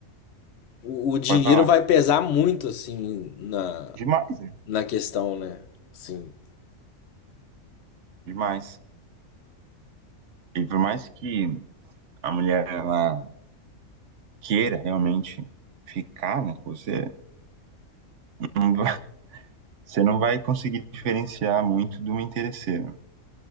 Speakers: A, on the left (about 60°); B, on the right (about 65°).
A: o, o dinheiro
B: pode falar,
A: vai pesar muito, assim, na,
B: demais, né?
A: na questão, né? Sim.
B: Demais. E por mais que a mulher ela queira realmente ficar, né, com você, não vai- <laughs> você não vai conseguir diferenciar muito de uma interesseira,